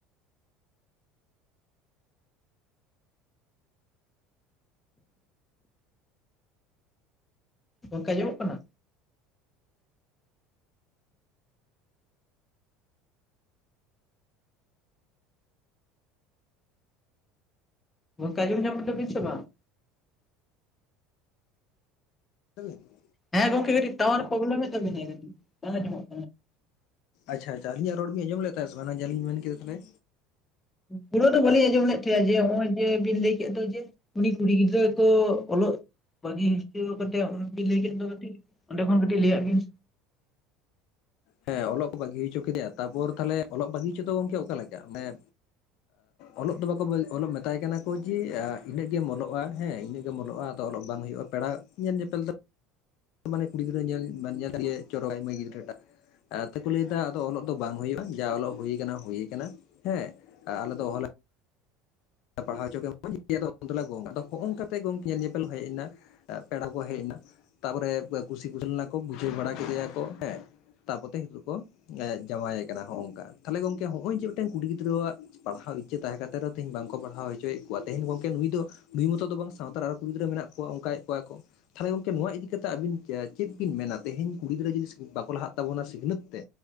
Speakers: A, on the left; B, on the left.
A: ᱚᱱᱠᱟ ᱡᱚᱢᱚᱜ ᱠᱟᱱᱟ᱾ ᱜᱚᱢᱠᱮ ᱟᱡᱚᱢ ᱧᱟᱢ ᱫᱟᱵᱤᱥ ᱵᱟᱝ?
B: ᱟᱵᱤᱱ <unintelligible>
A: ᱦᱮᱸ ᱜᱚᱝᱠᱮ ᱠᱟᱹᱴᱤᱡ ᱴᱟᱣᱟᱨ ᱯᱨᱚᱵᱞᱮᱢ ᱮ ᱛᱟᱱᱟᱭ ᱵᱟᱝ ᱟᱡᱚᱢᱚᱜᱼᱼ
B: ᱟᱪᱪᱷᱟ ᱟᱪᱪᱷᱟ ᱞᱤᱧᱟᱜ ᱨᱚᱲ ᱵᱮᱤᱱ ᱟᱡᱚᱢ ᱞᱮᱫᱟ ᱥᱮ ᱵᱟᱝ ᱡᱮᱞᱞᱤᱧ ᱢᱮᱱ ᱠᱮᱫᱟ ᱛᱟᱞᱮ?
A: ᱯᱩᱨᱟᱹ ᱫᱚ ᱵᱟᱹᱞᱤᱧ ᱟᱸᱡᱚᱢ ᱞᱮᱫ ᱛᱟᱦᱮᱸᱱᱟ ᱡᱮ ᱱᱚᱜᱼᱚᱭ ᱡᱮ ᱵᱤᱱ ᱞᱟᱹᱭ ᱠᱮᱫ ᱫᱚ ᱡᱮᱼᱼ ᱩᱱᱤ ᱠᱩᱲᱤ ᱜᱤᱫᱽᱨᱟᱹ ᱛᱚ ᱚᱞᱚᱜ ᱵᱷᱟᱜᱤ ᱦᱚᱪᱟᱹ ᱠᱟᱛᱮᱮᱫ ᱞᱟᱹᱭ ᱠᱮᱫ ᱫᱚᱴ? ᱚᱸᱰᱮ ᱠᱷᱚᱱ ᱠᱟᱹᱴᱤᱡ ᱞᱟᱹᱭᱟᱜ ᱵᱤᱱ?
B: ᱦᱮᱸ ᱚᱞᱚᱜ ᱠᱚ ᱵᱟᱹᱜᱤ ᱦᱚᱪᱚ ᱠᱮᱫᱮᱭᱟ ᱛᱟᱨᱯᱚᱨ ᱛᱟᱦᱞᱮ ᱚᱞᱚᱜ ᱵᱟᱹᱜᱤ ᱦᱚᱪᱚᱚᱝᱠᱮ ᱚᱠᱟ ᱞᱮᱠᱟ? ᱢᱟᱱᱮᱼᱼ ᱚᱞᱚᱜ ᱫᱚ ᱵᱟᱠᱚ ᱚᱞᱚᱜ ᱢᱮᱛᱟᱭ ᱠᱟᱱᱟ ᱠᱚ ᱡᱮ ᱤᱱᱟᱹᱜ ᱜᱮᱢ ᱚᱞᱚᱜᱼᱟ ᱦᱮᱸ ᱤᱱᱟᱹᱜ ᱜᱮᱢ ᱚᱞᱚᱜᱼᱟ᱾ ᱚᱞᱚᱜ ᱵᱟᱝ ᱦᱩᱭᱩᱜᱼᱟ ᱯᱮᱲᱟ ᱧᱮᱞ ᱧᱮᱯᱮᱞ ᱫᱚᱼᱼ ᱢᱟᱱᱮ ᱠᱩᱲᱤ ᱜᱤᱫᱽᱨᱟᱹ ᱧᱮᱞ ᱧᱮᱞᱜᱮ ᱪᱚᱨᱚᱠᱟᱭ ᱢᱟᱹᱭ ᱜᱤᱫᱽᱨᱟᱹ ᱴᱟᱜᱼᱼ ᱠᱚ ᱞᱟᱹᱭᱫᱟ ᱟᱫᱚ ᱚᱞᱚᱜ ᱫᱚ ᱵᱟᱝ ᱦᱩᱭᱩᱜᱼᱟ ᱡᱟ ᱚᱞᱚᱜ ᱦᱩᱭᱩ ᱠᱟᱱᱟ ᱦᱩᱭ ᱠᱟᱱᱟ ᱦᱮᱸ ᱟᱞᱮ ᱫᱚ ᱚᱦᱚᱞᱮᱼᱼ ᱯᱟᱲᱦᱟᱣᱪᱚᱮ ᱢᱚᱡᱽ <unintelligible> ᱜᱚᱝ ᱟ ᱦᱚᱜᱼᱚᱭᱚᱝᱠᱟᱛᱮ ᱜᱚᱝᱠ ᱧᱮᱞ ᱧᱮᱯᱮᱞ ᱦᱮᱡ ᱮᱱᱟ᱾ ᱯᱮᱲᱟ ᱠᱚ ᱦᱮᱡ ᱱᱟ ᱛᱟᱨᱯᱚᱨᱮ ᱠᱩᱥᱤ ᱠᱩᱥ ᱞᱮᱱᱟ ᱠᱚ ᱵᱩᱡᱷᱟᱹᱣ ᱵᱟᱲᱟ ᱠᱮᱫᱮᱭᱟᱠᱚ ᱦᱮᱸ ᱛᱟᱯᱚᱛᱮ ᱱᱤᱛᱚᱜ ᱠᱚ ᱡᱟᱶᱟᱭ ᱠᱟᱱᱟ ᱦᱚᱜᱝᱠᱟ ᱛᱟᱦᱚᱞᱮ ᱜᱚᱝᱠᱮ ᱦᱚᱜᱼᱚᱭ ᱡᱮ ᱢᱤᱫᱴᱮᱱ ᱠᱩᱲᱤ ᱜᱤᱫᱽᱨᱟᱹᱣᱟᱜᱼᱼ ᱯᱟᱲᱦᱟᱣ ᱤᱪᱪᱟᱹ ᱛᱟᱦᱮᱸ ᱠᱟᱛᱮ ᱨᱮᱦ ᱛᱦᱧ ᱵᱟᱝ ᱠᱚ, ᱠᱚ ᱯᱟᱲᱦᱟᱣ ᱦᱚᱪᱚᱭᱮᱫ ᱠᱚᱣᱟ ᱛᱮᱦᱮᱧ ᱜᱚᱢᱠᱮ ᱱᱩᱭ ᱫᱚ ᱵᱷᱩᱭ ᱢᱚᱛᱚ ᱫᱚ ᱵᱟᱝ ᱥᱟᱶᱟᱨ ᱟᱨᱚ ᱠᱩᱲ ᱜᱤᱫᱽᱨᱟᱹ ᱢᱮᱱᱟᱜ ᱠᱚᱣᱟ ᱚᱱᱠᱟᱭᱮᱫ ᱠᱚᱣᱟ ᱠᱚ ᱛᱟᱦᱚᱞᱮ ᱜᱚᱝᱠᱮ ᱱᱚᱣᱟ ᱤᱫᱤᱠᱟ ᱠᱟᱛᱮᱜ ᱟᱵᱤᱱ ᱪᱮᱫ ᱵᱤᱱ ᱢᱮᱱᱟ ᱛᱮᱦᱤᱧ ᱠᱩᱲᱤ ᱜᱤᱫᱽᱨᱟᱹ ᱡᱩᱫᱤ ᱵᱟᱠᱚ ᱞᱟᱦᱟᱜ ᱛᱟᱵᱚᱱᱟ ᱥᱤᱠᱷᱱᱟᱹᱛ ᱛᱮ